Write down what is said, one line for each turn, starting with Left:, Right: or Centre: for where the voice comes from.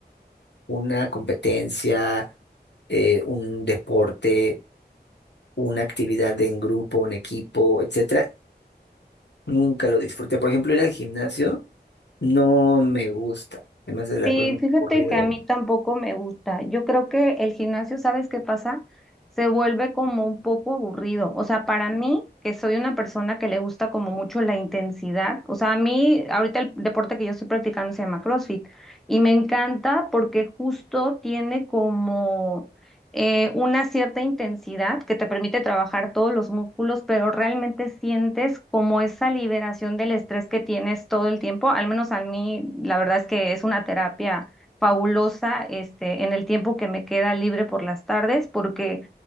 Left: una competencia, eh, un deporte, una actividad en grupo, un equipo, etcétera, nunca lo disfruté. Por ejemplo, ir al gimnasio no me gusta. Además es la
Centre: Sí,
Left: cosa más
Centre: fíjate
Left: aburrida
Centre: que
Left: del
Centre: a mí
Left: mundo.
Centre: tampoco me gusta. Yo creo que el gimnasio, ¿sabes qué pasa? Se vuelve como un poco aburrido. O sea, para mí, que soy una persona que le gusta como mucho la intensidad. O sea, a mí, ahorita el deporte que yo estoy practicando se llama CrossFit y me encanta porque justo tiene como... eh, una cierta intensidad que te permite trabajar todos los músculos, pero realmente sientes como esa liberación del estrés que tienes todo el tiempo. Al menos a mí, la verdad es que es una terapia fabulosa, este, en el tiempo que me queda libre por las tardes, porque